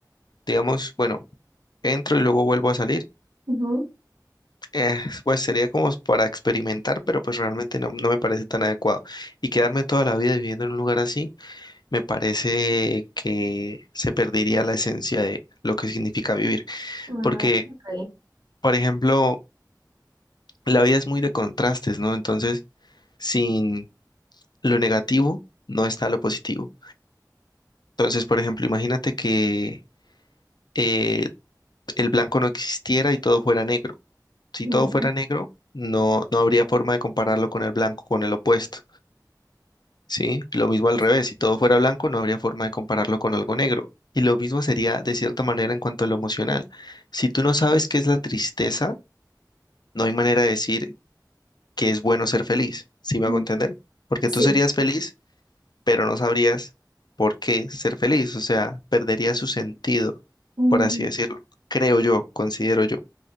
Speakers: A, on the left; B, on the right.
A: digamos, bueno. entro y luego vuelvo a salir.
B: Ujú.
A: Eh, <laughs> pues sería como para experimentar, pero pues realmente no, no me parece tan adecuado. Y quedarme toda la vida viviendo en un lugar así, me parece que se perdería la esencia de lo que significa vivir.
B: Ah,
A: Porque,
B: ok.
A: por ejemplo, la vida es muy de contrastes, ¿no? Entonces, sin lo negativo, no está lo positivo. Entonces, por ejemplo, imagínate que eh, el blanco no existiera y todo fuera negro. si
B: Ujú.
A: todo fuera negro, no, no habría forma de compararlo con el blanco, con el opuesto, ¿sí? Lo mismo al
B: Así.
A: revés, si todo fuera blanco, no habría forma de compararlo con algo negro. Y lo mismo sería de cierta manera en cuanto a lo emocional. Si tú no sabes qué es la tristeza, no hay manera de decir que es bueno ser feliz, ¿sí me hago
B: Mm,
A: entender? Porque
B: Sí.
A: tú serías feliz, pero no sabrías por qué ser feliz, o sea, perdería su sentido,
B: Mm,
A: por así decirlo. Creo yo, considero yo.